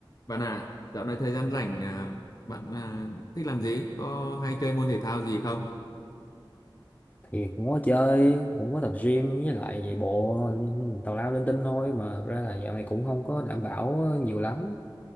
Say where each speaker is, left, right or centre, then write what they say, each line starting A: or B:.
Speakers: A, on the left; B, on the left.
A: Bạn à, dạo này thời gian rảnh à, bạn à, thích làm gì? Có hay chơi môn thể thao gì không?
B: thì cũng có chơi cũng có tập gym với lại chạy bộ tào lao linh tinh thôi mà thật ra là dạo này cũng không có đảm bảo nhiều lắm